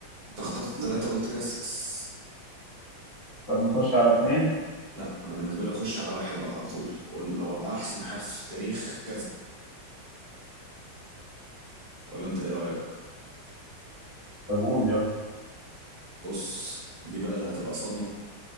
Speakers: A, on the right; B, on the left.
A: انت اخترت ثلاثه قلت كاسلس
B: طب نخش على اثنين
A: لا انا بالنسبه لي اخش على واحد بقى على طول قول هو احسن حارس في التاريخ كذا ولا انت ايه رايك
B: طب قول يلا
A: بص دي بقى اللي هتبقى صدمة